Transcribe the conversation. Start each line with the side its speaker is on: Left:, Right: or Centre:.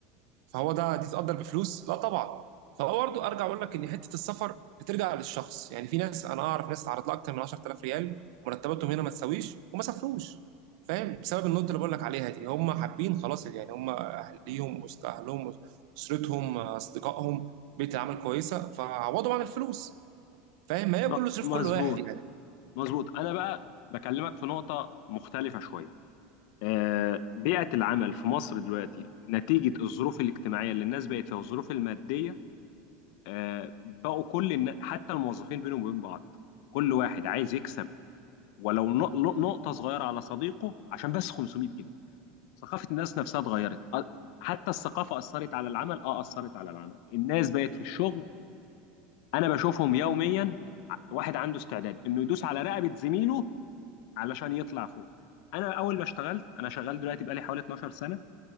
Right: فهو ده تتقدر بفلوس لا طبعا فهو برضه ارجع اقول لك ان حته السفر بترجع للشخص يعني في ناس انا اعرف ناس اتعرض لها اكتر من 10000 ريال مرتباتهم هنا ما تساويش وما سافروش فاهم بسبب النقطه اللي بقول لك عليها دي هم حابين خلاص يعني هم اهليهم وسط اهلهم اسرتهم اصدقائهم بيئه العمل كويسه فعوضوا عن الفلوس فاهم ما هي
Left: ب-
Right: كله صرف
Left: مظبوط
Right: كل واحد يعني
Left: مظبوط انا بقى بكلمك في نقطة مختلفة شوية آه، بيئة العمل في مصر دلوقتي نتيجة الظروف الاجتماعية اللي الناس بقت فيها والظروف المادية آه، بقوا كل النا... حتى الموظفين بينهم وبين بعض كل واحد عايز يكسب ولو نق- نقطة صغيرة على صديقه عشان بس 500 جنيه ثقافة الناس نفسها اتغيرت أ- حتى الثقافة أثرت على العمل اه أثرت على العمل الناس بقت في الشغل أنا بشوفهم يوميا ع- واحد عنده استعداد إنه يدوس على رقبة زميله علشان يطلع فوق أنا أول ما اشتغلت أنا شغال دلوقتي بقالي حوالي 12 سنة